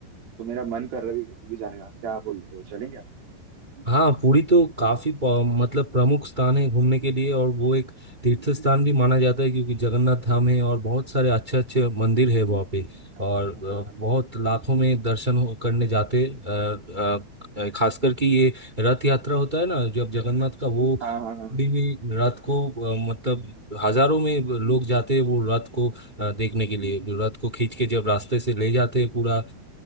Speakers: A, on the right (about 50°); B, on the right (about 25°).
A: तो मेरा मन कर रहा है अभी पूरी जाने का क्या बोलते हो चलें क्या
B: हाँ पुरी तो काफी प- मतलब प्रमुख स्थान है घूमने के लिए और वो एक तीर्थ स्थान भी माना जाता है क्योंकि जगन्नाथ धाम है और बहुत सारे अच्छे अच्छे मंदिर है वहाँ पे
A: हाँ
B: और
A: हाँ
B: अ,
A: हाँ
B: बहुत लाखों में दर्शन हो- करने जाते अ, अ, खासकर कि ये रथ यात्रा होता है ना जब जगन्नाथ का वो
A: हाँ
B: पुरी में रथ को अ, मतलब हजारों में लोग जाते हैं वो रथ को अ, देखने के लिए रथ को खींच के जब रास्ते से ले जाते हैं पूरा अ,